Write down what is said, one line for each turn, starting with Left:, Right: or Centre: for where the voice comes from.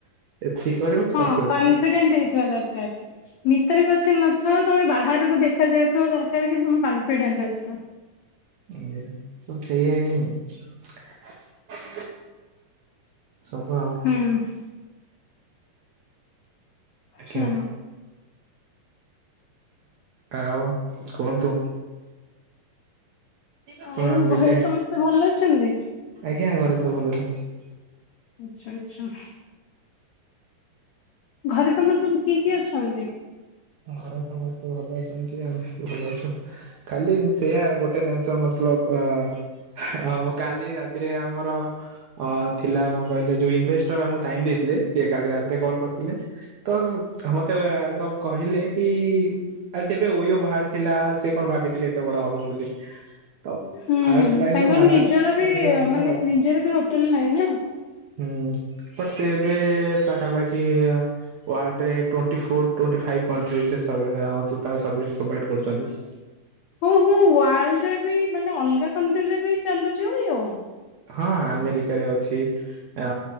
Right: ଏତିକି କରିବୁ
Left: ହଁ କନଫିଡେଣ୍ଟ
Right: ହବୁ
Left: ହେଇଥିବା ଦରକାର। ଭିତରେ ପଛେ ନଥାଉ ତମେ ବାହାରକୁ ଦେଖା ଯାଉଥିବ ଦରକାର କିନ୍ତୁ ମୁଁ କନଫିଡେଣ୍ଟ ଅଛି।
Right: ଆୟା ସେଇଆ ହିଁ। ସବୁ ଆଉ।
Left: ଉମ୍।
Right: ଆଜ୍ଞା
Left: ହଁ।
Right: ଆଉ କୁହନ୍ତୁ। ଆପଣ
Left: ଆଉ ଘରେ
Right: ବିଟେକ୍
Left: ସମସ୍ତେ ଭଲ ଅଛନ୍ତି?
Right: ଆଜ୍ଞା ଘରେ ସବୁ ଭଲ ଅଛନ୍ତି।
Left: ଆଚ୍ଛା, ଆଛା। ଘରେ ତମର ସବୁ କିଏ କିଏ ଅଛନ୍ତି?
Right: ଘର ସମସ୍ତେ ଭଲ ଅଛନ୍ତି ଆମେ ବି ଭଲ ଅଛୁ ଖାଲି ସେୟା ଗୋ <unintelligible> ଆମ କାଲି ରାତିରେ ଆମର ଅ ଥିଲା କଣ କହିଲେ ଯଉ ଇନଭେଷ୍ଟର ଆମକୁ ଟାଇମ ଦେଇଥିଲେ, ସେ କାଲି ରାତିରେ କଲ୍ କରିଥିଲେ। ତସ୍ ମତେ ଉ -ଏ- ସବ୍ କହିଲେ କି ଆ ଯେବେ ଓଇଓ ବାହାରି ଥିଲା ସେ କଣ ଭାବିଥିଲେ ଏତେ ବଡ ହବ ବୋଲି। ତ
Left: ହୁଁ
Right: ଫାଷ୍ଟ ଲାଇନ
Left: ତାଙ୍କର
Right: ର ବାହାର
Left: ନିଜର ବି
Right: ତିନି ମାସର
Left: ମାନେ ନିଜର ବି ହୋଟେଲ ନାହିଁ ନା।
Right: ଉମ୍ ବଟ୍ ସେ ଏବେ ପାଖାପାଖି ୱାର୍ଲ୍ଡରେ twenty four twenty five countries ରେ ସର୍ଭେ <unintelligible> ତାଙ୍କ ସର୍ଭିସ ପ୍ରୋଭାଇଡ କରିଛନ୍ତି।
Left: ହୋ ହୋ ୱାର୍ଲଡରେ ବି ମାନେ ଅଲଗା କଣ୍ଟ୍ରିରେ ବି ଚାଲୁଛି ଓଇୟୋ।
Right: ହଁ ଆମେରିକାରେ ଅଛି, ଅ